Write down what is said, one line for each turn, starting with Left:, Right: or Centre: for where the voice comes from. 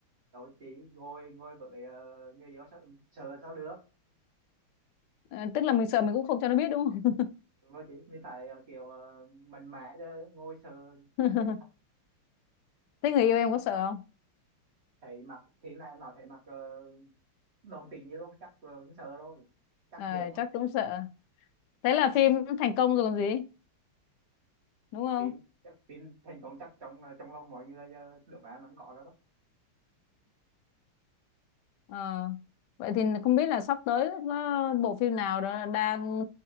Right: rồi chị ngồi ngồi với ờ, người yêu sao sợ sao được
Left: Ờ, tức là mình sợ mình cũng không cho nó biết đúng không
Right: đúng rồi chị mình phải ờ, kiểu uh, mặn mẽ chứ ngồi sợ
Left: <laughs>
Right: đến
Left: thế người yêu em có sợ không
Right: thấy mặt thế này nó thấy mặt uh, đồng tình như luôn chắc ờ, cũng sợ rồi chắc
Left: Ờ,
Right: giờ quá
Left: chắc cũng sợ thế là phim thành công rồi còn gì đúng không
Right: phim chắc phim thành công chắc trong ờ, trong lòng mọi người uh, được bạn vẫn có đó đó
Left: Ờ. Vậy thì không biết là sắp tới nó bộ phim nào đó đang